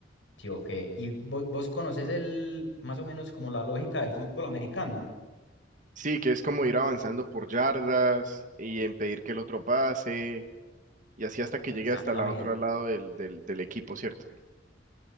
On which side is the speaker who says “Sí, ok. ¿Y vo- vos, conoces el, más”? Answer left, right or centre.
Left